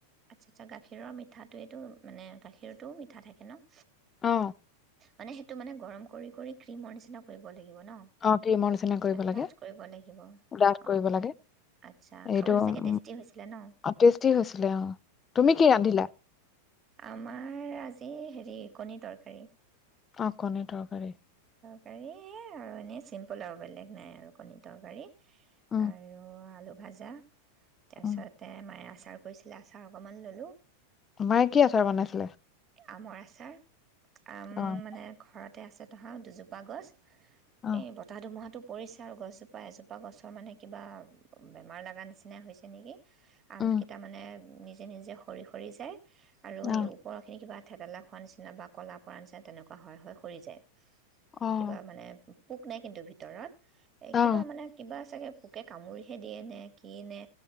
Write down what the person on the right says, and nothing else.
আচ্ছা-আচ্ছা, গাখীৰৰ মিঠাটোৱেটো মানে গাখীৰটো মিঠা থাকে ন?
মানে সেইটো মানে গৰম কৰি কৰি ক্ৰীমৰ নিচিনা কৰিব লাগিব। দিব ন'।
মানে
ডাঠ কৰিব লাগিব।
অ',
আটচ্ছা
খাবলৈ চাগৈ
টেষ্টি হৈছিল ন'?
আমাৰ আজি হেৰি কণী তৰকাৰী।
এই আৰু এনেই চিম্পুল আৰু বেলেগ নাই আৰু কণী তৰকাৰী।
আৰু আলু ভাজা। তাৰপিছতে
মায়াছ তাৰ কৰিছিলা আচাৰ অকনমান ল'লো।
আমৰ আচাৰ। আম
মানে ঘৰতে আছে। তাহাঁও দুজোপা গছ
এই বতাহ ধুমুহাটো পৰিচা আৰু গছজোপা এজোপা গছৰ মানে কিবা বেমাৰ লগা নিচিনা হৈছে নেকি, আমটকেইটা
মানে নিজে নিজে সৰি সৰি যায়। আৰু
এওঁক সেই কিবা থেতেলা খোৱাৰ নিচিনা বা ক'লা পৰা নিচিনা তেনেকুৱা হৈ হৈ সৰি যায়।
কিবা মানে পোক নাই কিন্তু ভিতৰত। এ কিবা
মানে কিবা চাগে পোকে কামুৰিহে দিয়ে নে কি নে,